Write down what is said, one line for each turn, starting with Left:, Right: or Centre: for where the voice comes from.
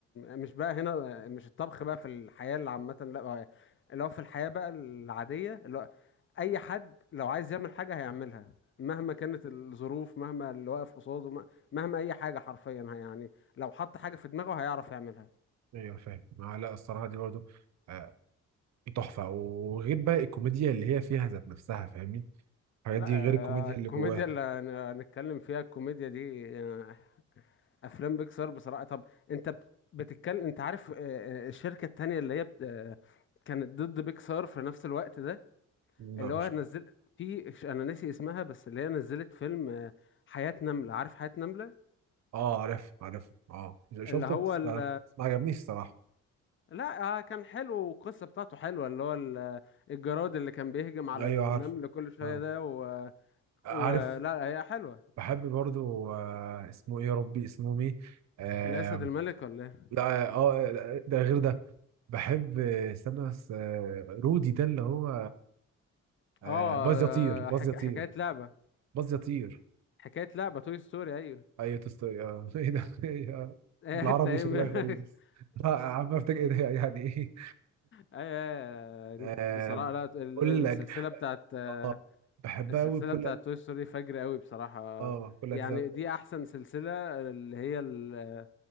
Left: مش بقى هنا مش الطبخ بقى في الحياة اللي عامة لا هو اللي هو في الحياة بقى العادية اللي هو أي حد لو عايز يعمل حاجة هيعملها مهما كانت الظروف مهما اللي واقف قصاده م- مهما أي حاجة حرفيا يعني لو حط حاجة في دماغه هيعرف يعملها
Right: ايوه فاهم آه لا الصراحه دي برضو آه، تحفه وغير بقى الكوميديا اللي هي فيها ذات نفسها فاهمني الحاجات
Left: لا
Right: دي
Left: آه،
Right: غير الكوميديا
Left: الكوميديا
Right: اللي جواها
Left: اللي هن- هنتكلم فيها الكوميديا دي آه، أفلام بيكسار بصراحة طب أنت بتتكلم أنت عارف آه، آه، الشركة التانية اللي هي بت- آه، كانت ضد بيكسار في نفس الوقت ده
Right: لا
Left: اللي
Right: مش
Left: هو نزل في انا ناسي اسمها بس اللي هي نزلت فيلم آه، حياة نملة عارف حياة نملة
Right: اه عارف عارف اه شفته
Left: اللي هو
Right: بس
Left: ال...
Right: ما, بس ما عجبنيش الصراحه
Left: لا آه، كان حلو والقصة بتاعته حلوة اللي هو ال- الجراد اللي كان بيهجم على
Right: ايوه
Left: النمل
Right: عارف
Left: كل شوية
Right: آه.
Left: ده و...
Right: عارف
Left: ولا هي حلوة
Right: بحب برضو آه اسمه ايه يا ربي اسمه مين آه
Left: الأسد الملك ولا ايه
Right: لا اه آه، ده غير ده بحب آه، استنى بس آه رودي ده اللي هو آه
Left: اه
Right: باز يطير باز
Left: آه، حك...
Right: يطير
Left: حكاية لعبة
Right: باز يطير
Left: حكاية لعبة توي ستوري ايوه
Right: ايوه تستوري اه <laughs> ايه ده إيه ده؟
Left: <laughs> إيه،
Right: بالعربي
Left: انت ايه
Right: شكلها
Left: م-
Right: غريب
Left: <laughs>
Right: لا عم افتكر ايه ده <laughs> يعني ايه
Left: ايوه أيوة،
Right: آم،
Left: بصراحة لا ال-
Right: كل
Left: السلسلة
Right: أج...
Left: بتاعت آه،
Right: اه بحبها
Left: السلسلة
Right: قوي بكل
Left: بتاعت
Right: أج...
Left: توي ستوري فجر قوي بصراحة
Right: اه كل
Left: يعني
Right: اجزاء
Left: دي أحسن سلسلة اللي هي ال-